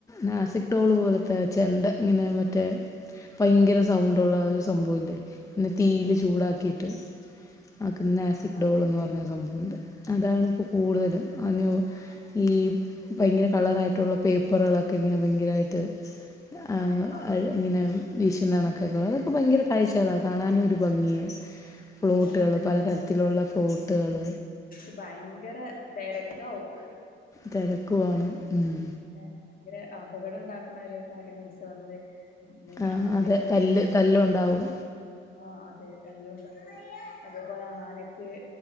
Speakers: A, on the left (about 15°); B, on the left (about 45°).
A: നാസിക് ടോള് പോലെ ഇപ്പ ചെണ്ട ഇങ്ങനെ മറ്റേ ഭയങ്കര സൗണ്ട് ഉള്ള ഒരു സംഭവല്ലേ പിന്നെ തീയിൽ ചൂടാക്കിയിട്ട് ആക്കുന്ന ആസിക്
B: ആഹ്
A: ഡോൾന്ന് പ അങ്ങനൊര് സംഭവണ്ട് അതാണ് ഇപ്പ കൂടുതലും അനു
B: <unintelligible>
A: ഈ ഭയങ്കര കളറായിട്ടുള്ള പേപ്പറുകളൊക്കെ ഇങ്ങനെ ഭയങ്കരമായിട്ട് ആ
B: ആഹ്
A: അയ്ല് ഇങ്ങനെ വീശുന്ന കണക്കൊക്കെ അതൊക്കെ ഭയങ്കര കാഴ്ചകളാ. കാണാനും ഒരു ഭംഗിയാ. ഫ്ലോട്ടുകൾ
B: നല്ല രസാ
A: പലതരത്തിലുള്ള ഫ്ലോട്ടുകൾ
B: പക്ഷെ ഭയങ്കര തെരക്കാവും.
A: തെരക്കുവാണ് ഉഹും
B: <unintelligible> ഇവരെ അപകടണ്ടാക്ക്ണ ഓരോ കാര്യങ്ങൾ ഉത്സവങ്ങള് ഉം, ഈ
A: ആഹ്
B: ആനനൊക്കെ
A: അതെ
B: വരുന്നത്
A: കല്ല് കല്ലുണ്ടാവും
B: ആനക്ക് ആഹ് അതെ തല്ലുണ്ടാവും. അതേപോലെ ആനക്ക്